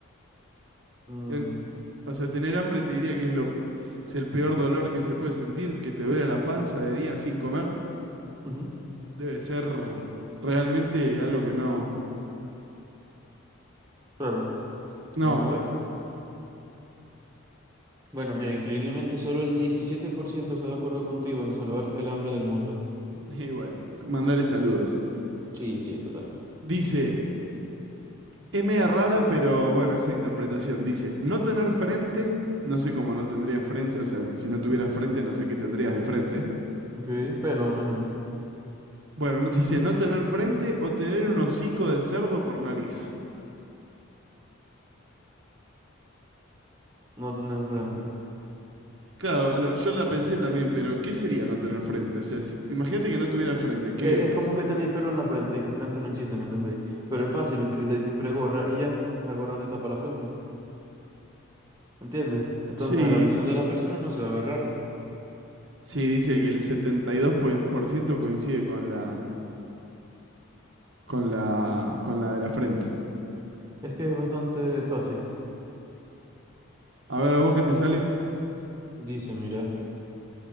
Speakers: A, on the right (about 15°); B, on the right (about 60°).
A: Mm,
B: Ten- o sea, tener hambre te diría que es, lo, es el peor dolor que se puede sentir, que te duele la panza de día sin comer.
A: ujú,
B: Debe ser realmente algo que no...
A: claro.
B: No,
A: Vamos a ver. Bueno, mira, increíblemente solo el 17% está de acuerdo contigo en salvar el hambre del mundo.
B: <laughs> y bueno, mandarle saludos.
A: Sí, sí, total.
B: Dice, Es media rara, pero bueno, esa interpretación dice, no tener frente, no sé cómo no tendrías frente, o sea, si no tuvieras frente, no sé qué tendrías de frente.
A: Ok, pelo, me imagino.
B: Bueno, no- <laughs> dice, no tener frente o tener un hocico de cerdo por nariz.
A: No tenés frente.
B: Claro, lo- yo la pensé también, pero ¿qué sería no tener frente? O sea, si- imagínate que no tuviera
A: Pe-
B: frente, ¿qué?
A: eh, Es como que tenéis pelo en la frente y tu frente no existe, ¿me entendéis? Pero es fácil, utilizáis siempre gorra y ya, la gorra te tapa la frente, ¿entiendes? Entonces
B: Sí.
A: a la visión de las personas no se va a ver raro.
B: Sí, dice que el 72% coincide con la, con la, con la de la frente.
A: Es que es bastante fácil.
B: A ver, ¿a vos qué te sale?
A: Dice, mira,